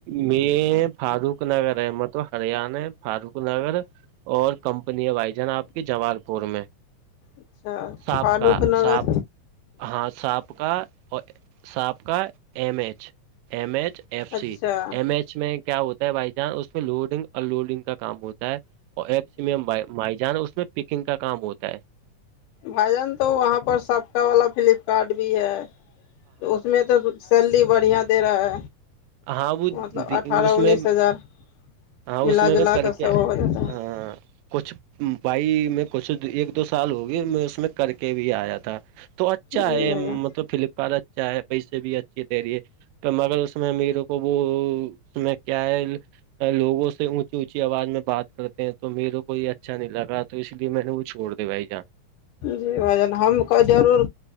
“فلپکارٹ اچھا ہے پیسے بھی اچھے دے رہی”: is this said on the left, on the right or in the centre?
Right